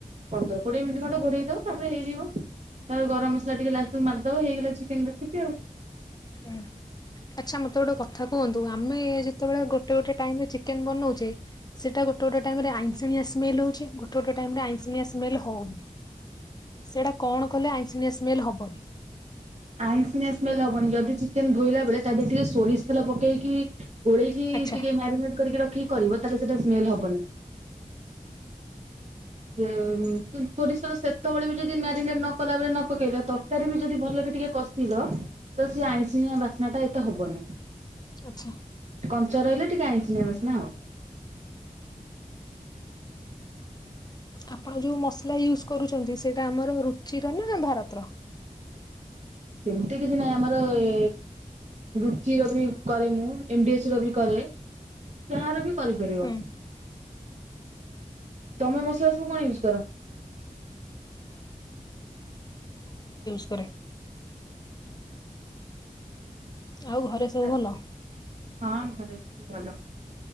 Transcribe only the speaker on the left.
ହୁଁ। ଆଚ୍ଛା ମତେ ଗୋଟେ କଥା କୁହନ୍ତୁ, ଆମେ ଯେତେବେଳେ ଗୋଟେ ଗୋଟେ ଟାଇମ୍ ରେ ଚିକେନ ବନଉଛେ। ସେଇଟା ଗୋଟେ ଗୋଟେ ଟାଇମ୍ ରେ ଆଇଁସିଣିଆ ସ୍ମେଲ ହଉଛି। ଗୋଟେ ଗୋଟେ ଟାଇମ୍ ରେ ଆଇଁଶିଣିଆ ସ୍ମେଲ ହଉନି। ସେଇଟା କଣ କଲେ ଆଇଁଷିଣିଆ ସ୍ମେଲ ହବନି।
ଆଚ୍ଛା
ଆଚ୍ଛା
ଆପଣ ଯୋଉ ମସଲା ୟୁଜ କରୁଛନ୍ତି ସେଇଟା ଆମର ରୁଚିର ନା ଭାରତର। ହଁ ହଁ ହ୍।
ହୁଁ।
ଉପରେ। ଆଉ ଘରେ ସବୁ
ଭଲ?